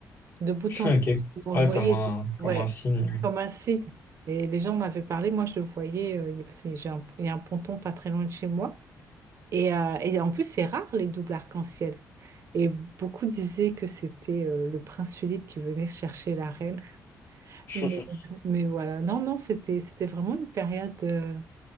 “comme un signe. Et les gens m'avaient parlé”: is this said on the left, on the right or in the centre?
Right